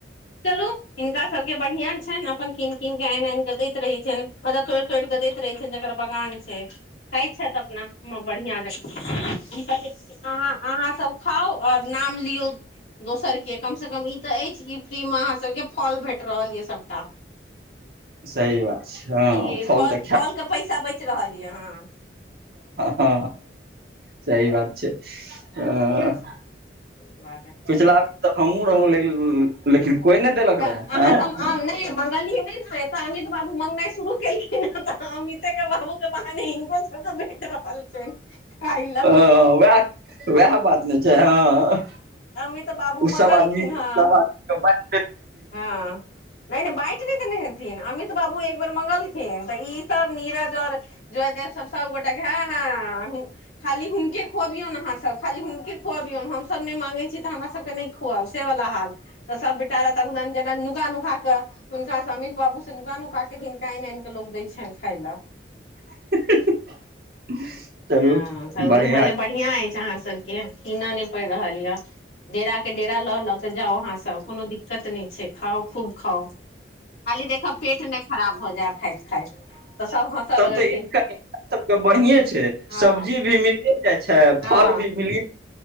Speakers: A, on the left; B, on the right.
A: चलू हिनका सबके बढ़िआँ छनि अपन किनक कीनके आन एन क दैत रहै छनि मलब तोड़ि तोड़ केऽ दैत रहै छ जकर बगान छै खााय छथि अपना बढ़िया जक हम कहलियै हाँ अहाँ सब खाउ आओर नाम लियौ दोसर के कम से कम ई तऽ अछि कि फ्रीमे अहाँ सबके फॉल भेट रहल यऽ सभटा
B: सही बात छै हँ
A: क फल
B: तऽ
A: फल के पैसा बचि रहल य अहाँ
B: ह सह बात छै आ
A: ताहि दुआरे
B: पिछला तऽ हमहुँ रहौं लेकिन कोइ नहि देलक
A: त
B: रहए हँ
A: अहाँ सब आ नहि मंगलियै नहि ने तऽ अमित बाबू मंगगनाइ शुरू केलखिन हे तऽ अमिते के बाबू के कहहानी हिनको सब के भेट रहल छै खइ ल
B: ह वएह वएह बात नहि छै हँ
A: अमित बाबू
B: ओ
A: मंगलखिन
B: सब आदमी
A: हँ
B: आद
A: हँ नैन बाट न त अमित बाबू एक बेेर मंगलखिन तऽ ई सब नीरज और जयदेव सब सब गोटे है खाली हुनके खुआबियौ ने अहाँ सब खाली हुनके खुआबियौ हमसभ नहि मांगै छी तऽ हमरा सबके नहि खुआब से वला हाल तऽ सब बेटा तगद जेना नुका नुका के हुनका से अमित बाबू से नुा नुका के हिनका आनि आन के लग दय छनि खाई <inaudible>
B: <inaudible> चलू
A: हँ
B: बढ़िया
A: रूमे बढ़िआं हय छै अहाँ सब के कीन नहि पड़ रहल ये डेरा के डेरा ल ल के जाउ अहाँ सब कोनो दिक्कत नहि खा खूब खाउ खाली तब पेट नहि खराब भ जाय खाइत खाइत तऽ सब हँसय
B: तब
A: लगलखिन
B: तऽ इनकम सबके बढ़िए
A: हँ
B: सब्जी भी मिलिय जाइ छै
A: हँ
B: फल भी मिलिय